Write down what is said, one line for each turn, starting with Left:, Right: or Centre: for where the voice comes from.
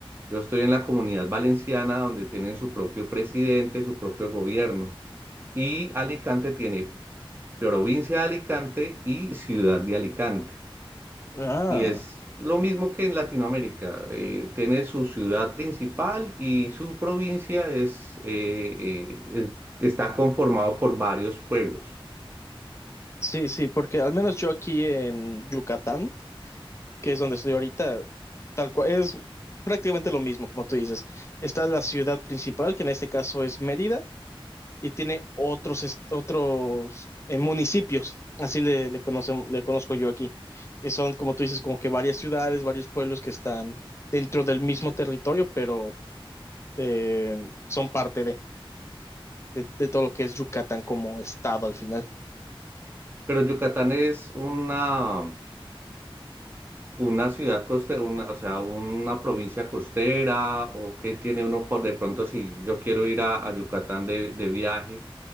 Right: Yo estoy en la comunidad valenciana donde tienen su propio presidente, su propio gobierno. Y Alicante tiene provincia de Alicante y ciudad de Alicante.
Left: Ah,
Right: Y es lo mismo que en Latinoamérica. eh, tiene su ciudad principal y su provincia es, eh, eh, eh, está conformado por varios pueblos.
Left: sí, sí, porque al menos yo aquí en Yucatán, que es donde estoy ahorita, tal cual, es prácticamente lo mismo, como tú dices. Está la ciudad principal, que en este caso es Mérida, y tiene otros, est- otros eh, municipios, así le, le, conocem- le conozco yo aquí, que son, como tú dices, como que varias ciudades, varios pueblos que están dentro del mismo territorio, pero eh, son parte de, de, de todo lo que es Yucatán como estado al final.
Right: Pero Yucatán es una, una ciudad costera, o sea, una provincia costera o que tiene uno por de pronto si yo quiero ir a, a Yucatán de, de viaje,